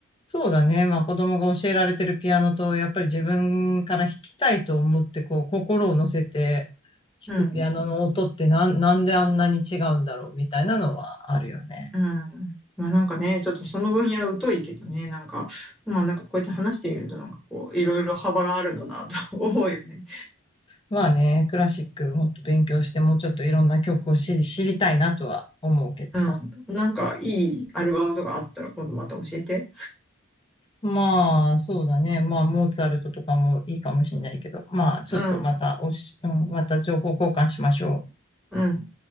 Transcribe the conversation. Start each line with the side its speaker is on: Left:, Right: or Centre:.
Left: そうだね。まあ子供が教えられてるピアノと、やっぱり自分から弾きたいと思って、こう心を乗せて
Centre: うん。
Left: 弾くピアノの音ってなん、なんであんなに違うんだろうみたいなのはあるよね。
Centre: うん。まあなんかね、ちょっとその分野疎いけどね、なんか、まあなんかこうやって話してみるとなんかこう、いろいろ幅があるんだなと <laughs> 思うよね。
Left: まあね、クラシックもっと勉強して、もうちょっといろんな曲を知り、知りたいなとは思うけどさ。
Centre: うん。なんかいいアルバムとかあったら今度また教えて。
Left: まあ、そうだね。まあ、モーツァルトとかもいいかもしれないけど、まあ、ちょっとまたおし、
Centre: うん。
Left: うん、また情報交換しましょう。
Centre: うん。